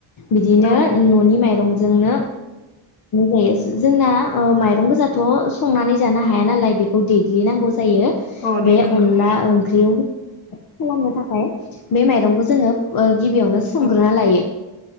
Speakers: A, on the left (about 45°); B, on the left (about 65°).
A: बिदिनो
B: औ
A: न'नि माइरं जोंनो जायो जोंना माइरं गोजाथ' संनानै जानो हाया नालाय बेखौ देग्लिनांगौ जायो। जायो
B: औ दे
A: बे
B: नंगौ
A: अनला ओंख्रियाव खालामनो थाखाय बे माइरंखौ जोङो ओ गिबियावनो सोमग्रोना
B: औ
A: लायो